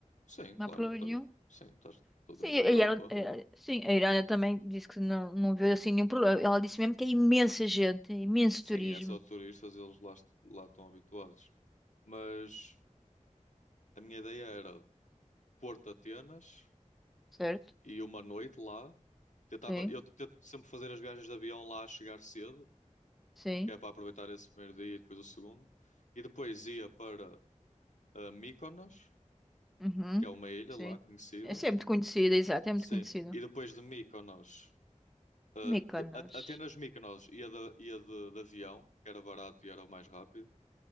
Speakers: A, on the left (about 70°); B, in the centre.
A: Sim,
B: Não
A: claro,
B: há problema
A: estás,
B: nenhum.
A: sim, estás todo
B: Sim,
A: dentro
B: e
A: da Europa.
B: ela, eh, sim, a Irana também disse que não, não vê assim nenhum problema. Ela disse mesmo que é imensa gente, é imenso
A: Sim,
B: turismo.
A: é só turistas, eles lá, lá estão habituados. Mas a minha ideia era Porto Atenas
B: Certo?
A: e uma noite lá. Tentava,
B: Sim,
A: eu tento sempre fazer as viagens de avião lá a chegar cedo
B: sim.
A: que é para aproveitar esse primeiro dia e depois o segundo. E depois ia para ah, Mykonos,
B: Uhum.
A: que é uma ilha
B: Sim.
A: lá conhecida.
B: Essa é muito conhecida, exato, é
A: Sim,
B: muito conhecida.
A: e depois de Mykonos, ah,
B: Mykonos.
A: de- a- Atenas Mykonos ia, de, ia de, de avião, que era barato e era o mais rápido.